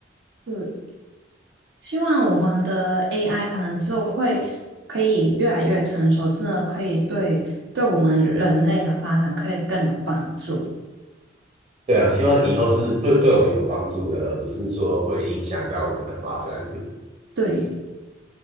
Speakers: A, on the right; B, on the right.
A: 对。希望我们的 AI 可能就会可以越来越成熟，真的可以对对我们人类的发展可以更有帮助。
B: 对啊，希望以后是对对我们有帮助的，而不是说会影响到我们的发展。<laughs>
A: 对，